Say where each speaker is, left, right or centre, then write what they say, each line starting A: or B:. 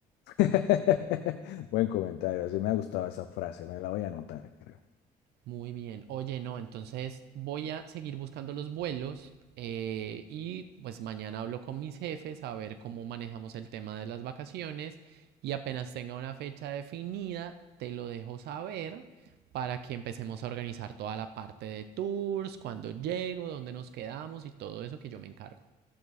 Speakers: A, on the left; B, on the right.
A: <laughs> Buen comentario, así me ha gustado esa frase, me la voy a anotar, creo.
B: Muy bien. Oye, no, entonces voy a seguir buscando los vuelos eh, y pues mañana hablo con mis jefes a ver cómo manejamos el tema de las vacaciones y apenas tenga una fecha definida, te lo dejo saber para que empecemos a organizar toda la parte de tours, cuándo llego, dónde nos quedamos y todo eso que yo me encargo.